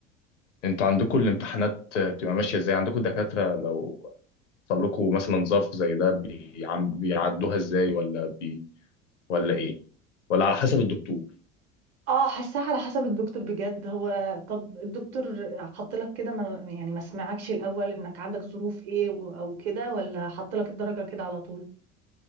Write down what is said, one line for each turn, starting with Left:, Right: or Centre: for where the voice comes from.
Left: انتوا عندكم الامتحانات بتبقى ماشية ازاي عندكم دكاترة لو حصل لكم مثلا ظرف زي ده بيعم... بيعدوها ازاي ولا بي... ولا ايه ولا على حسب الدكتور
Right: اه حاساها على حسب الدكتور بجد هو طب الدكتور حط لك كده ما يعني ما سمعكش الاول انك عندك ظروف ايه و- او كده ولا حط لك الدرجه كده على طول